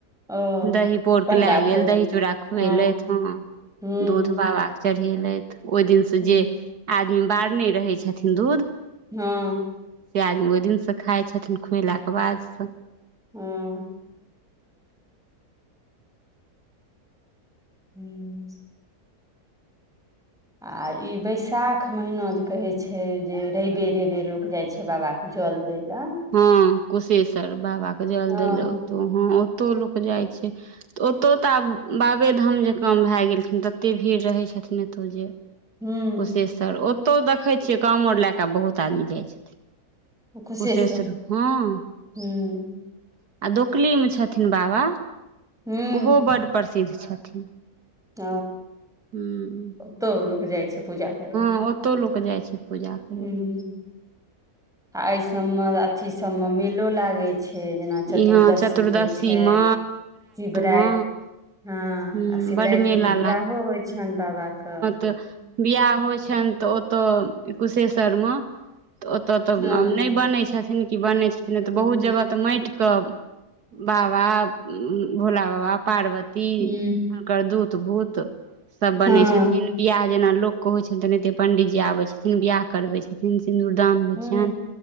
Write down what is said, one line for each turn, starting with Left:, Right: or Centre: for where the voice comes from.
Centre: ओ
Right: दही पौर
Centre: पण्डा
Right: के लए गेल
Centre: भोजन
Right: दही चूड़ा खुवेलैथ।
Centre: हँ
Right: हॅं,
Centre: ह
Right: दूध बाबाके चढ़ेलैथ ओय दिन स
Centre: हूँ
Right: जे आदमी बारने रहै छथिन दूध
Centre: हं
Right: से आदमी ओय दिन से खाय छथिन खुएलाके बाद से
Centre: हूँ हूँ आ ई बैसाख महिना जे कहै छै जे रैवे -रैवे लोक जाय छै बाबा के जल दै लए,
Right: हँं कुशेश्वर बाबा के जल
Centre: हँ
Right: देैलेए ओत्तौ हॅं ओतौ लोक जाय छै। तऽ ओतौ तऽ आब बाबेधाम जेकां भए गेलखिन ततेक भीड़ रहै छथिन एतौ जे,
Centre: हूँ
Right: कुशेश्वर ओतौ देखै छियै कामोर लए कऽ बहुत आदमी जाय छथिन।
Centre: खुशेश्वर
Right: कुशेश्वर हँं। आ
Centre: हूँ
Right: डोकली मे छथिन बाबा
Centre: हूँ
Right: ओहो बड प्रसिद्ध छथिन।
Centre: त
Right: हूँ
Centre: ओतौ लोक जाय छै पूजा करैय ले।
Right: हॅं ओतौ लोक जाय छै पूजा करै
Centre: हॅं
Right: लए
Centre: आ अइ सब मे अथी सबमे मेलो लागय छै। छै जेना चतुर्दशी
Right: इहाँ
Centre: होय छै
Right: मे
Centre: शिवराति
Right: मे
Centre: हँ
Right: हूँ
Centre: आ शिवराति
Right: बड्ड मेला
Centre: मे तऽ बियाहो होय छैन बाबा के,
Right: त बियाह होय छैन तऽ ओतऽ कुशेश्वर मे तऽ ओ ओतऽ त
Centre: हँ
Right: नैय बनै छथिन की बनै छथिन
Centre: हूँ
Right: तऽ बहुत जगह तऽ मैट क बाबा भोला बाबा पार्वती
Centre: हूँ
Right: हुनकर दूत- भूत सब बनय
Centre: हँ
Right: छथिन बियाह जेना लोक के होइ छै, तेनाहिते पंडितजी आबैय छथिन बियाह करबै छथिन। सिन्दूरदान होय
Centre: हूँ
Right: छैन